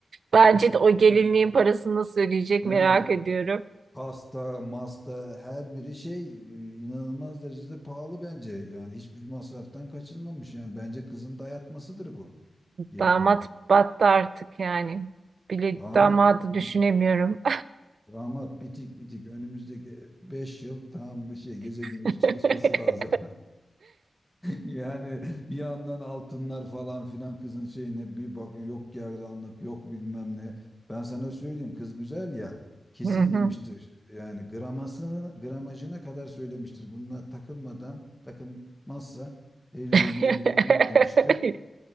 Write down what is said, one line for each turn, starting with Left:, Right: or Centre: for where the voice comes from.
Right: Bence de o gelinliğin
Centre: Evet.
Right: parasını nasıl ödeyecek
Centre: He.
Right: merak ediyorum.
Centre: Pasta, masta her biri şey e, inanılmaz derecede pahalı bence. Yani hiçbir masraftan kaçınmamış. Yani bence kızın dayatmasıdır bu gelinin.
Right: Damat battı artık yani. Bile
Centre: Damat
Right: damadı
Centre: bi- biti,
Right: düşünemiyorum.
Centre: damat bitik bitik önümüzdeki 5 yıl tam bir şey gece gündüz
Right: <laughs>
Centre: çalışması lazım. Yani bir yandan altınlar falan filan kızın şeyine bir bakın yok gerdanlık yok bilmem ne. Ben sana söyleyeyim kız güzel ya kesin
Right: Hı hı.
Centre: demiştir. Yani gramasını gramajına kadar söylemiştir. Bunlar takılmadan takılmazsa evliliği
Right: <laughs>
Centre: mevliliği unut demiştir.